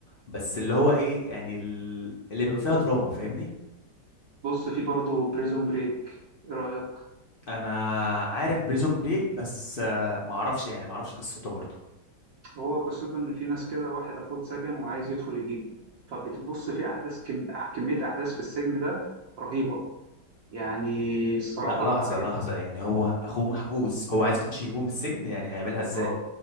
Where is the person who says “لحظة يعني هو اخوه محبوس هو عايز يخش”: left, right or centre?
Left